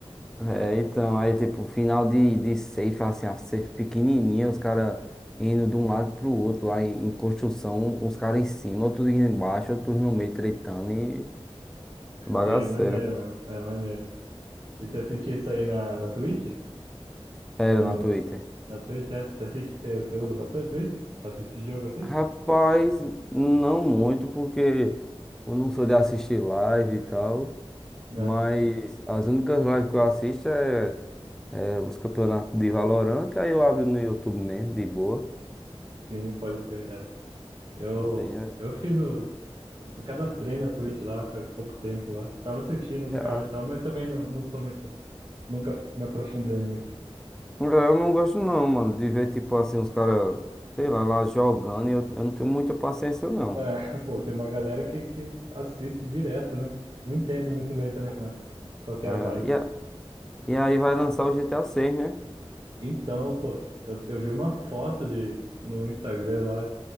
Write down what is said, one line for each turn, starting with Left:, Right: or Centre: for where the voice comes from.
Centre: É,
Right: É,
Centre: então, aí tipo, final de, de safe, assim, a safe pequenininha, os caras indo de um lado pro outro lá em, em construção, uns caras em cima, outros embaixo, outros no meio tretando e bagaceira.
Right: sim, é maneiro mesmo, é maneiro. E você assistia isso aí na, na Twitch?
Centre: Era
Right: Ou
Centre: na
Right: no,
Centre: Twitter.
Right: na Twitch, é? Você assiste, você, você usa bastante Twitch? Pra assistir jogo assim?
Centre: Rapaz, não muito, porque eu não sou de assistir live e tal,
Right: Não.
Centre: mas as únicas lives que eu assisto é, é os campeonatos de Valorant, aí eu abro no YouTube mesmo, de boa.
Right: Sim, pode crer, é. Eu,
Centre: Aí é,
Right: eu fiz o... Me cadastrei na Twitch lá, faz pouco tempo lá. Tava assistindo os
Centre: é,
Right: caras
Centre: a-
Right: e tal, mas também não, não sou muito... Nunca me aprofundei muito.
Centre: eu não gosto não, mano, de ver tipo assim, os caras, sei lá, lá jogando, e eu, eu não tenho muita paciência não.
Right: É, <laughs> pô, tem uma galera que, que assiste direto, né? Não entendo muito bem também, não. Qual que
Centre: É,
Right: é a vibe?
Centre: é, e, a- e aí vai lançar o GTA seis né?
Right: Então, pô, eu, eu vi umas fotos de, no Instagram lá